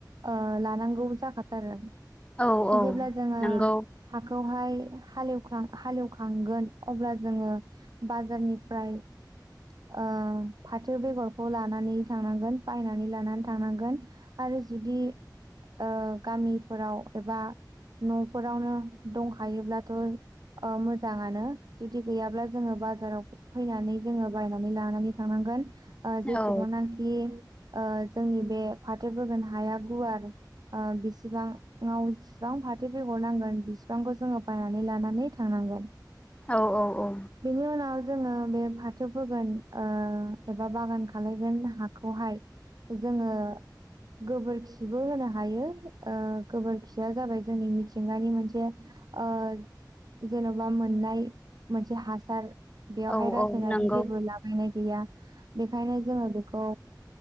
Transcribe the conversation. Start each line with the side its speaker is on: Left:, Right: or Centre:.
Right: ओ लानांगौ जाखाथारो
Left: औ औ
Right: जेब्ला जोङो
Left: नंगौ
Right: हाखौहाय हालेवां हालेवखांगोन अब्ला जोङो बाजारनिफ्राय ओ फाथो बेगरखौ लानानै थांनांगोन बायनानै लानानै थांनांगोन आरो जुदि ओ गामिफोराव एबा न'फोरावनो दंखायोब्लाथ' ओ मोजाङानो जुदि गैयाब्ला जोङो बाजाराव फैनानै जोङो बायनानै लानानै थांनांगोन ओ जेसेबांनाखि
Left: औ
Right: ओ जोंनि बे फाथो बोगोन हाया गुवार ओ बिसेबाङाव बिसिबां फाथो बेहरनांगोन बिसिबांखौ जोङो बायनानै लानानै थांनांगोन।
Left: औ औ औ
Right: बेनि उनाव जोङो बे फाथो फोगोन ओ एबा बागान खालामलगोन हाखौहाय जोङो गोबोरखिबो होनो हायो ओ गोबोरखिया जाबाय जोंनि मिथिंगानि मोनसे ओ जेन'बा मोननाय मोनसे हासार बेवहाय
Left: औ
Right: रासायनाारि
Left: औ नंगौ
Right: जेबो लाबायनाय गैया। बेखायनो जोङो बेखौ